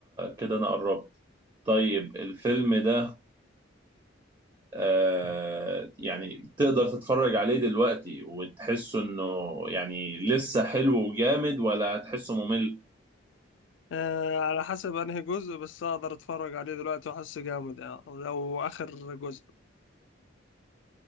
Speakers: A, on the right; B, on the left.
A: كده انا قربت طيب الفيلم ده آه، يعني تقدر تتفرج عليه دلوقتي وتحسه انه يعني لسه حلو وجامد ولا هتحسه ممل
B: آه على حسب انهي جزء بس اقدر اتفرج عليه دلوقتي واحس جامد يعني لو اخر جزء